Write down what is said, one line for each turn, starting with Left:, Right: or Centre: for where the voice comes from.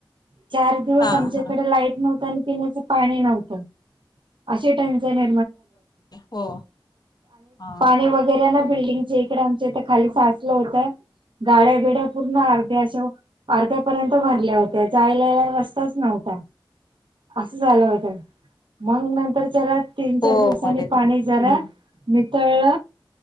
Right: चार दिवस
Left: हा
Right: आमच्या
Left: हा
Right: इकडे लाईट नव्हत आणि पिण्याचं पाणी नव्हतं अे टेंशन पा
Left: हो हा
Right: वे बल्ंग तडे आमच्या इथ खाली साचलं होतं गाड्या बिड्या पूर्ण अर्ध्या अशा अर्ध्यापर्यंत भरल्या होत्या जायलाला रस्ताच नव्हता असं झालं होत मग नंतर त्याला तीन चार
Left: हो
Right: दिवसांनी
Left: मध्ये
Right: पाणी
Left: हम्म
Right: झालं नितळ